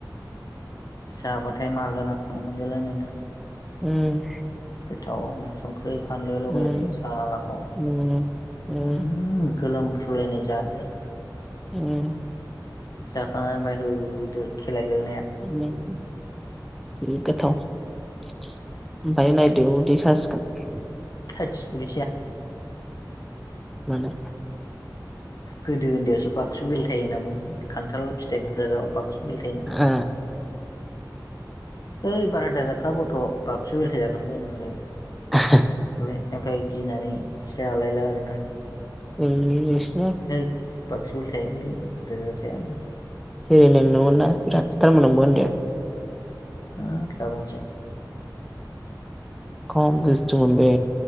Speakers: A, on the left; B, in the centre.
A: जाबाथाय मार गोनां मोनजालायनायनो।
B: ओम
A: गोथावनो। संखै फानलु लगायदो
B: उम
A: सालाखौ
B: उम उम
A: ओम गोलोम। फ्रुलायनाय जादो।
B: ओम
A: जाखांना ओमफाय होदो खेला गेले‌नाया।
B: <inaudible> जि गोथाव ओमफ्राय नायदो उदै ससिगोन।
A: थोदस उदै साया
B: माने।
A: गोदो ओन्दैयावसो बाक्सु बिलथाय होनना बुङोमोन खान्थाल फिथाइ बुरजा जाबा बागसु बिलथाय।
B: ओ
A: ओइ बारादा जाखा गथ' बाक्सु बेलथाय जागोनबो होनलाय।
B: <unintelligible>
A: ओमफाय गिनानै जालायला आरोना
B: <unintelligible>
A: है बाक्सु बेलथायगोनलै बुरजा जाजाया होननानै
B: से नोंनोमोना बिराथ थारमोन नोंबो उन्दैयाव
A: ओ दाबुंसै
B: खाम दुस्थ मोनबे।